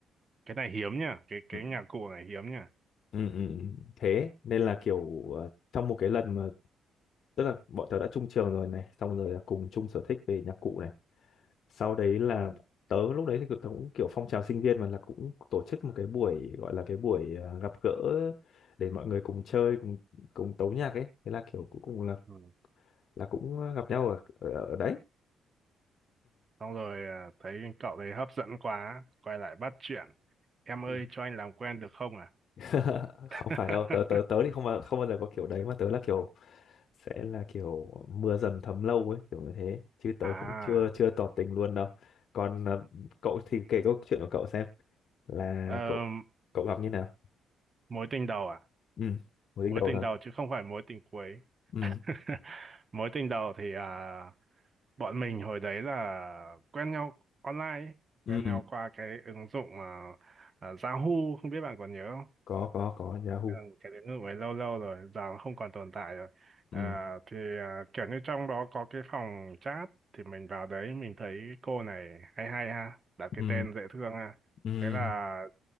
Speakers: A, on the right; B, on the left.
A: Cái này hiếm nha, cái cái
B: ừ,
A: nhạc cụ này hiếm nha.
B: ừ, ừ. thế nên là kiểu
A: Ừ.
B: ờ, trong một cái lần mà tức là bọn tớ đã chung trường rồi này xong rồi là cùng chung sở thích về nhạc cụ này sau đấy là
A: Ừ.
B: tớ lúc đấy thì tớ cũng kiểu phong trào sinh viên mà là cũng tổ chức một cái buổi gọi là cái buổi à, gặp gỡ để mọi người cùng chơi cùng cùng tấu nhạc ấy thế là kiểu cuối cùng là
A: Ừ.
B: là cũng gặp nhau ở ở, ở đấy
A: Xong rồi à, thấy cậu đấy hấp dẫn quá, quay lại bắt chuyện. Em
B: Ừ.
A: ơi cho anh làm quen được không à?
B: <laughs> không
A: <laughs>
B: phải đâu tớ tớ tớ thì không bao không bao giờ có kiểu đấy mà tớ là kiểu sẽ là kiểu mưa dầm thấm lâu ấy kiểu như thế chứ tớ
A: À,
B: cũng chưa chưa tỏ tình luôn đâu còn à, cậu thì kể câu chuyện của cậu xem là
A: ờm,
B: cậu cậu gặp như nào
A: mối tình đầu à?
B: ừ mới
A: Mối
B: đính đầu
A: tình
B: thôi
A: đầu chứ không phải mối tình cuối.
B: ừ
A: <laughs> Mối tình đầu thì à, bọn mình hồi đấy là quen nhau online, ấy.
B: ừ
A: quen nhau qua cái ứng dụng à, à, Yahoo, không biết bạn còn nhớ
B: có có có Yahoo
A: Ừ, cái đến nước ấy lâu lâu rồi giờ nó không còn tồn tại rồi à,
B: ừ
A: thì à, kiểu như trong đó có cái phòng chat thì mình vào đấy mình thấy cô này hay hay ha đặt cái
B: ừ
A: tên dễ thương ha
B: ừ
A: thế là